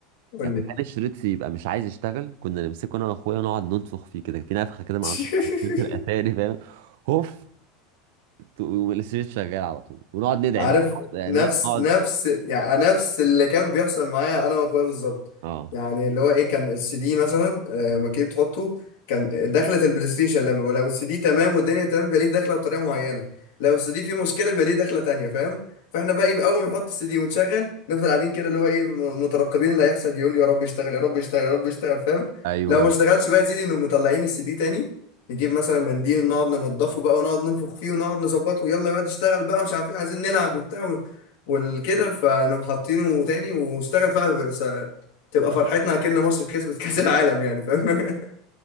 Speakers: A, on the left (about 65°); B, on the right (about 65°).
A: قول
B: يعني
A: لي
B: كان الشريط يبقى مش عايز يشتغل كنا نمسكه انا واخويا نقعد ننفخ فيه كده في نفخه كده معروفه
A: <laughs>
B: بتاعت شريط <laughs> الاتاري فاهم هوف الشريط شغال على طول ونقعد ندعي
A: عارف
B: بقى نقعد
A: نفس
B: نقعد
A: نفس يعني نفس اللي كان بيحصل معايا انا واخويا بالظبط
B: اه
A: يعني اللي هو ايه كان السي دي مثلا آه، لما كنت بتحطه كان دخلة البلاي ستيشن لما ولو السي دي تمام والدنيا تمام بيبقى ليه دخلة بطريقة معينة لو السي دي فيه مشكلة بيبقى ليه دخلة تانية فاهم فاحنا بقى ايه اول ما نحط السي دي ونشغل نفضل قاعدين كده اللي هو ايه م- مترقبين اللي هيحصل يقول يا رب يشتغل يا رب يشتغل يا رب يشتغل فاهم
B: ايوه
A: لو ما اشتغلش بقى يا سيدي انهم مطلعين السي دي تاني نجيب مثلا منديل نقعد ننضفه بقى ونقعد ننفخ فيه ونقعد نظبطه يلا يقعد اشتغل بقى مش عارف ايه عايزين نلعب وبتاع و- والكده فنقوم حاطينه تاني واشتغل فيها س- تبقى فرحتنا اكن مصر كسبت <laughs> كأس العالم يعني فاهم